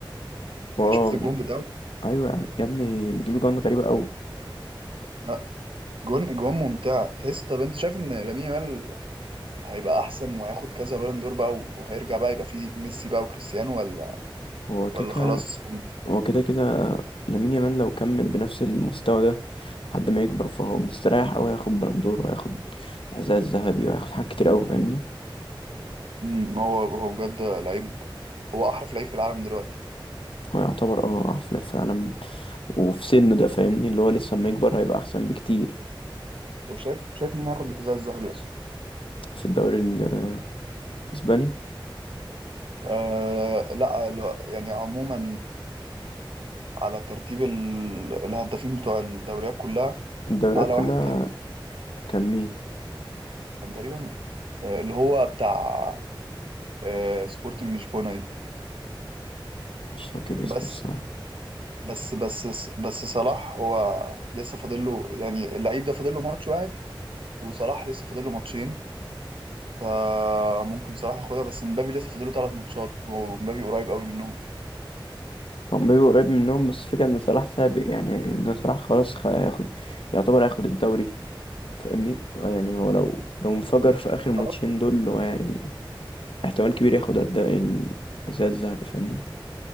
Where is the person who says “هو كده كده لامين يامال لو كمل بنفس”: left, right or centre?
Left